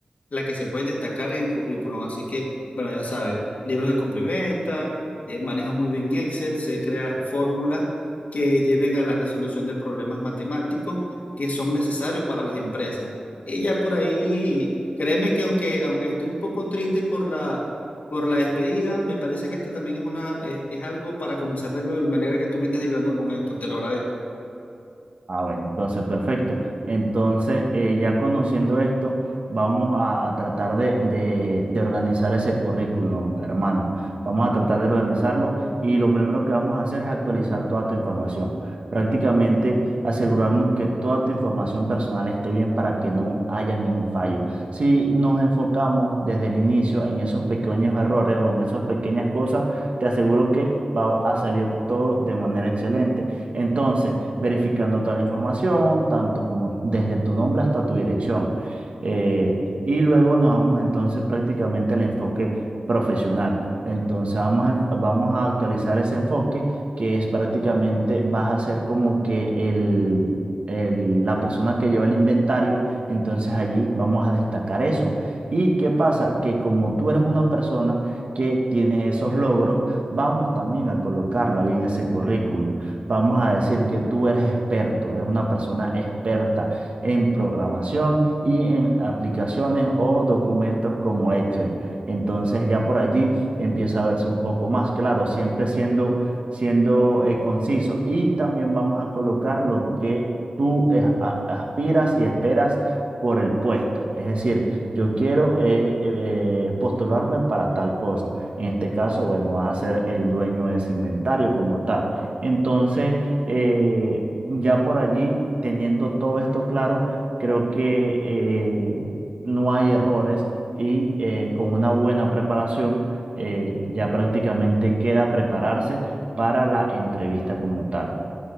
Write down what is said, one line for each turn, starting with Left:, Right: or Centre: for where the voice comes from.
Left: las que se pueden destacar en el currículum. Así que, bueno, ya sabes, libros de compra y venta, eh, manejo muy bien Excel, sé crear fórmulas que lleven a la resolución de problemas matemáticos que son necesarios para las empresas. Y ya por ahí, créeme que aunque, aunque estoy un poco triste por la, por la despedida, me parece que esto también es una, es, es algo para comenzar de nuevo y me alegra que tú me estés ayudando con esto, te lo agradezco.
Right: Ah, bueno, entonces perfecto. Entonces, eh, ya conociendo esto, vamos a, a tratar de, de- de organizar ese currículum, hermano. Vamos a tratar de organizarlo y lo primero que vamos a hacer es actualizar toda tu información. Prácticamente asegurarnos que toda tu información personal esté bien para que no haya ningún fallo. Si nos enfocamos desde el inicio en esos pequeños errores o en esas pequeñas cosas, te aseguro que va a salir todo de manera excelente. Entonces, verificando toda la información, tanto como desde tu nombre hasta tu dirección. Eh, y luego nos vamos entonces prácticamente al enfoque profesional. Entonces vamos a, enf- vamos a actualizar ese enfoque que es prácticamente vas a ser como que el, el- la persona que lleva el inventario. Entonces allí vamos a destacar eso. ¿Y qué pasa? Que como tú eres una persona que tiene esos logros, vamos también a colocarlo ahí en ese currículum vamos a decir que tú eres experto, eres una persona experta en programación y en aplicaciones o documentos como Excel. Entonces ya por allí empieza a verse un poco más, claro, siempre siendo, siendo eh, conciso. Y también vamos a colocar lo que tú es- a- aspiras y esperas por el puesto. Es decir, yo quiero eh, eh, postularme para tal cosa. En este caso, bueno, vas a ser el dueño de ese inventario como tal. Entonces, eh, ya por allí, teniendo todo esto claro, creo que eh, no hay errores y eh, con una buena preparación, eh, ya prácticamente queda prepararse para la entrevista como tal.